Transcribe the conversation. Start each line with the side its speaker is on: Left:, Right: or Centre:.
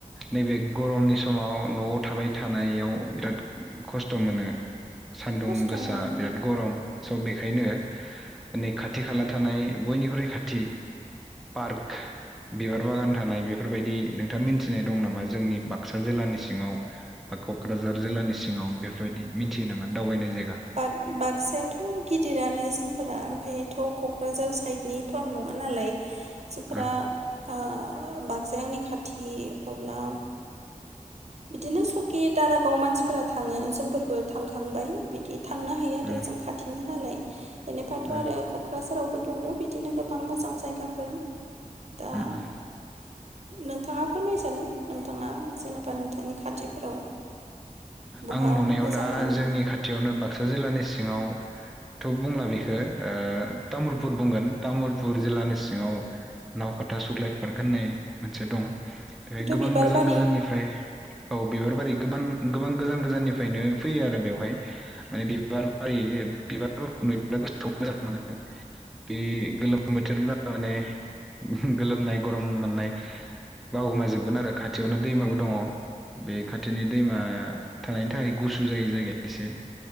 Centre: नैबे गरमनि समाव न'आव थाबाय थानायाव बिराद खस्थ' मोनो सान्दुं
Right: खस्थ'
Centre: गोसा
Right: मोनो
Centre: बिराद गरम सबित बेखायनो नै खाथि खाला थानाय बयनिख्रुइ खाथि पार्क बिबार बागान थानाय बेफोरबायदि नोंथाङा मिथिनाय दं नामा जोंनि बाक्सा जिल्लानि सिङाव बा क'क्राझार जिल्लानि सिङाव बेफोरबायदि मिथियो नामा दावबायनाय जायगा
Right: बाग बाागसायाथ' गि दिरानो जोंफोरा ओमफ्रायथ' क'क्राझार साइडनिथ' आं नङा नालाय जोंफोरा
Centre: उम
Right: ओ बाक्साया आंनि खाथि अब्ला बिदिनो सकि दारागाव मानसिफोरा थाङो जोंफोरबो थांखांबाय बिदि थांनो हायो आरो
Centre: उम
Right: जों खाथिनि नालाय इनिफायथ'
Centre: उम
Right: आरो क'क्राझारावबो दङ बिदिनो गोबां मोजां जायगाफोर दा
Centre: उम उम
Right: नोंथाङा फोरमायजागोन नोंथाङा जेनेबा नोंथांनि खाथिफोराव बहा
Centre: आं नुनायाव
Right: मोजां
Centre: दा
Right: मोनो
Centre: जोंनि खाथियावनो बाग क्सा जिल्लानि सिङावथ' बुंला बेखौ तामुलपुर बुंगोन तामुलपुर जिल्लानि सिङाव नावकाथा सुख्लायट पार्क होननाय मोनसे दं
Right: बेथ'
Centre: गोबां
Right: बिबार
Centre: गोजान
Right: बारि
Centre: गोजाननिफ्राय औ बिबार बारि गोबां गोबां गोजान गोजाननिफ्रायनो फैयो आरो बेवहाय माने बिबार बारि बिबार फोरखौ नुयोब्ला गोसोखौ मोजां मोनो। बे गोलोम बोथोरब्ला माने गोलोमनाय गरम मोननाय बावगोमाम जोबगोन आरो खाथियावनो दैमाबो दङ। बे खाथिनि दैमा थानायनि थाखाय गुसु जायो जायगाया एसे